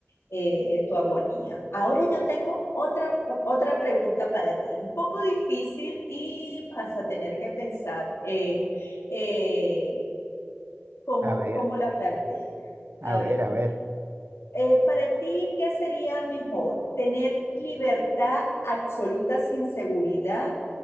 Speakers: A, on the left; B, on the right.
A: eh, tu agonía. Ahora yo tengo otra, o- otra pregunta para ti, un poco difícil y vas a tener que pensar eh, eh, cómo,
B: A ver,
A: cómo la plantea.
B: a
A: A ver,
B: ver, a ver.
A: eh, para ti, ¿qué sería mejor? ¿Tener libertad absoluta sin seguridad